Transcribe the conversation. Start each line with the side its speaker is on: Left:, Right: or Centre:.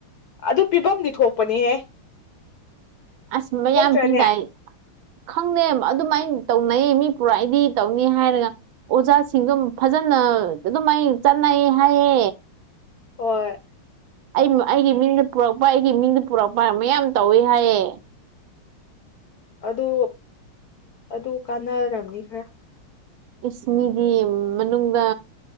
Left: ꯑꯗꯨ ꯄꯤꯐꯝꯝꯗꯤ ꯊꯣꯛꯄꯅꯦꯍꯦ
Right: ꯑꯁ ꯃꯌꯥꯝ
Left: ꯊꯣꯛꯇ꯭ꯔꯅꯦ
Right: ꯄꯤꯗꯥꯏ ꯈꯪꯗꯦ ꯑꯗꯨꯃꯥꯏꯅ ꯇꯧꯅꯩꯌꯦ ꯃꯤ ꯄꯨꯔꯛꯑꯗꯤ ꯇꯧꯅꯤ ꯍꯥꯏꯔꯒ ꯑꯣꯖꯥꯁꯤꯡꯗꯨ ꯐꯖꯅ ꯑꯗꯨꯃꯥꯏ ꯆꯠꯅꯩ ꯍꯥꯏꯌꯦ
Left: ꯍꯣꯏ
Right: ꯑꯩ ꯑꯩꯒꯤ ꯃꯤꯡꯅ ꯄꯨꯔꯛꯄ ꯑꯩꯒꯤ ꯃꯤꯡꯅ ꯄꯨꯔꯛꯄ ꯃꯌꯥꯝ ꯇꯧꯋꯤ ꯍꯥꯏꯌꯦ
Left: ꯑꯗꯨ ꯑꯗꯨ ꯀꯥꯟꯅꯔꯝꯅꯤ ꯈꯔ
Right: ꯏꯁ ꯃꯤꯗꯤ ꯃꯅꯨꯡꯗ